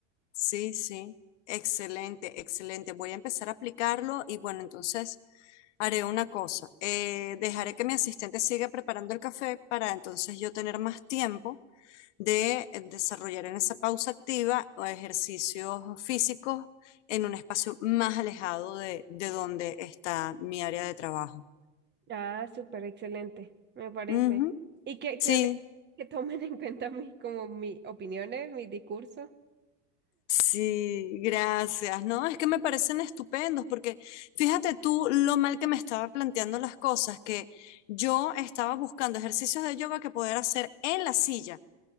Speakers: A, on the left; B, on the right.
A: Sí, sí, excelente, excelente. Voy a empezar a aplicarlo y bueno, entonces haré una cosa. Eh, dejaré que mi asistente siga preparando el café para entonces yo tener más tiempo de eh, desarrollar en esa pausa activa o ejercicios físicos en un espacio más alejado de, de donde está mi área de trabajo.
B: Ah, súper excelente, me parece.
A: Ujú.
B: Y que,
A: Sí,
B: que, ale- que tomen en cuenta mis, como mis opiniones, mis discursos.
A: Sí, gracias. No, es que me parecen estupendos porque fíjate tú lo mal que me estaba planteando las cosas, que yo estaba buscando ejercicios de yoga que poder hacer en la silla,